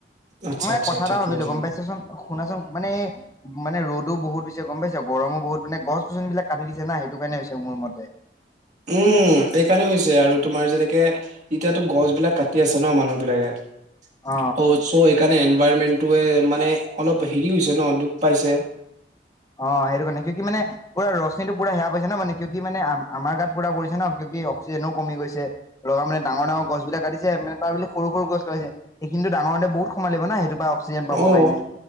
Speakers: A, on the right; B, on the left.
A: আচ্ছা
B: মই
A: আচ্ছা
B: কথা
A: ঠিকে
B: এটা ভাবিলো
A: আছে
B: গম পাইছাচোন শুনাচোন মানে মানে ৰ'দো বহুত দি হৈছে গম পাইছ গৰমো বহুত মানে গছ গছনিবিলাক কাটি দিছে না সেইটো কাৰণে হৈছে মোৰ মতে ৷
A: উম এই কাৰণে হৈছে আৰু তোমাৰ যেনে এতিয়াতো গছ বিলাক কাটি আছে ন মানুহ বিলাকে অ চ'
B: অ
A: সেইকাৰণে এনে এনভাইৰনমেনটোৱে মানে অলপ হেৰি হৈছে ন দুখ পাইছে ৷
B: অ সেইটো কাৰণে কিউ কি মানে ৰশ্মিটো পুৰা সেয়া পাইছে নহঁ মানে কিউ কি মানে আমাৰ গাত পুৰা পৰিছে ন কিযউ কি অক্সিজেনও কমি গছে লগ মানে ডাঙৰ ডাঙৰ গছ বিলাক কাটছে মে তাৰ বুলি সৰু সৰু গছ লৈছে সেই কিন্তু ডাঙৰতে বহুত সময় লাগিব ন সেইটো বা অক্সিজেন
A: অ'
B: পাবৰ কাৰণে